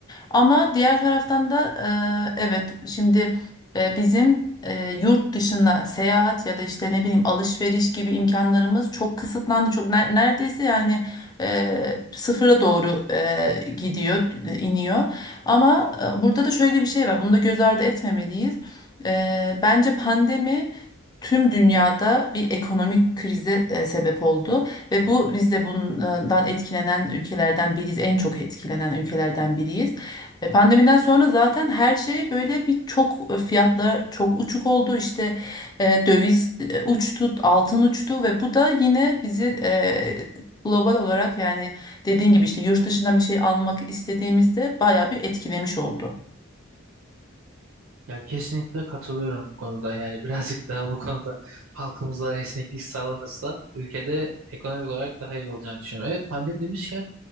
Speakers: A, on the left; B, on the right.
A: Ama diğer taraftan da e, evet şimdi e, Bizim e, yurt dışında seyahat ya da işte ne bileyim alışveriş gibi imkanlarımız çok kısıtlandı. Çok ne- neredeyse yani e, sıfıra doğru e, gidiyor, e, iniyor. Ama e, burada da şöyle bir şey var. Bunu da göz ardı etmemeliyiz. E, bence pandemi tüm dünyada bir ekonomik krize e, sebep oldu ve bu biz de bundan etkilenen ülkelerden biriyiz. En çok etkilenen ülkelerden biriyiz. E, Pandemiden sonra zaten her şey böyle bir çok e, fiyatlar çok uçuk oldu. İşte e, döviz e, uçtu, altın uçtu ve bu da yine bizi e, global olarak yani dediğin gibi işte yurt dışından bir şey almak istediğimizde bayağı bir etkilemiş oldu.
B: Ya kesinlikle katılıyorum bu konuda yani <laughs> birazcık daha bu konuda halkımıza esneklik sağlanırsa ülkede ekonomik olarak daha iyi olacağını düşünüyorum. Evet pandemi demişken